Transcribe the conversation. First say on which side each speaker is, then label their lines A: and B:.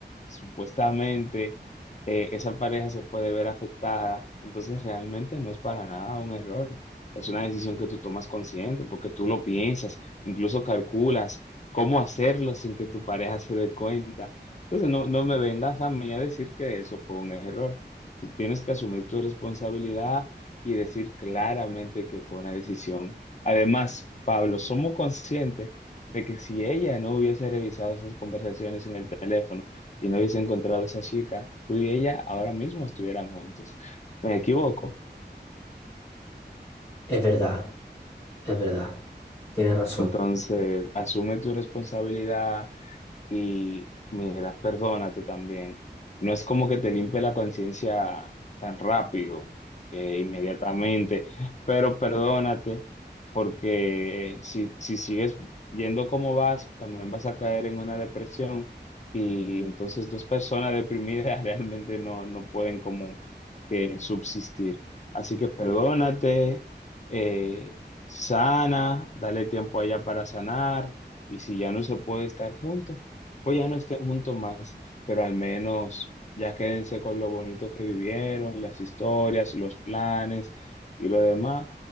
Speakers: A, on the left; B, on the left.
A: supuestamente eh, esa pareja se puede ver afectada, entonces realmente no es para nada un error, es una decisión que tú tomas consciente, porque tú lo piensas, incluso calculas cómo hacerlo sin que tu pareja se dé cuenta. Entonces, no, no me vengas a mí a decir que eso fue un error. Tú tienes que asumir tu responsabilidad y decir claramente que fue una decisión. Además, Pablo, somos conscientes de que si ella no hubiese revisado esas conversaciones en el teléfono y no hubiese encontrado a esa chica, tú y ella ahora mismo estuvieran juntos. Me equivoco.
B: Es verdad, es verdad. Tienes razón.
A: Entonces, asume tu responsabilidad, Y mira, perdónate también. No es como que te limpie la conciencia tan rápido, que inmediatamente, pero perdónate, porque si, si sigues yendo como vas, también vas a caer en una depresión. Y entonces dos personas deprimidas <laughs> realmente no, no pueden como que subsistir. Así que perdónate, eh, sana, dale tiempo allá para sanar. Y si ya no se puede estar juntos, pues ya no estén juntos más, pero al menos ya quédense con lo bonito que vivieron, las historias, los planes y lo demás.